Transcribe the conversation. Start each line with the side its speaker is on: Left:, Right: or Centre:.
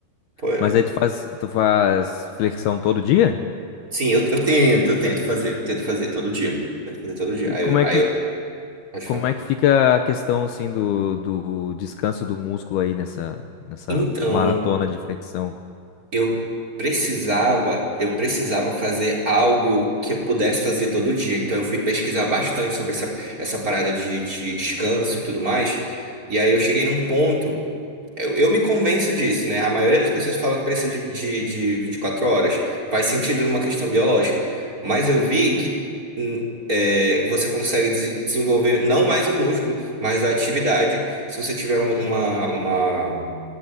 Right: Pô, é.
Left: Mas aí tu faz, tu faz flexão todo dia?
Right: Sim, eu, eu tento, eu tento fazer, eu tento fazer todo dia. Tento fazer todo dia.
Left: E
Right: Aí,
Left: como
Right: eu-
Left: é
Right: aí
Left: que,
Right: eu, pode
Left: como
Right: falar.
Left: é que fica a questão assim do, do descanso do músculo aí nessa, nessa
Right: Então.
Left: maratona de flexão?
Right: eu precisava, eu precisava fazer algo que eu pudesse fazer todo dia. Então eu fui pesquisar bastante sobre essa, essa parada de, de descanso e tudo mais. E aí eu cheguei num ponto. Eu, eu me convenço disso, né? A maioria das pessoas falam que precisa de, de, de 24 horas. Faz sentido numa questão biológica. Mas eu vi que hum, é, você consegue des- desenvolver não mais o músculo, mas a atividade, se você tiver um- uma, uma,